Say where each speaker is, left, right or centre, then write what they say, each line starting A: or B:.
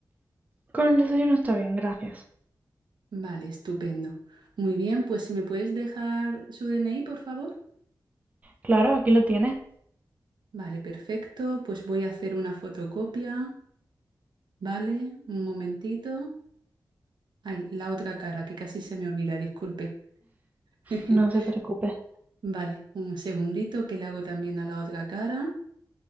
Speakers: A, on the right (about 20°); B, on the right (about 75°).
A: Con el desayuno está bien, gracias.
B: Vale, estupendo. Muy bien, pues si me puedes dejar su DNI, por favor.
A: Claro, aquí lo tienes.
B: Vale, perfecto. Pues voy a hacer una fotocopia. Vale, un momentito. Ay, la otra cara, que casi se me olvida, disculpe. <laughs>
A: No se preocupe.
B: Vale, un segundito que le hago también a la otra cara.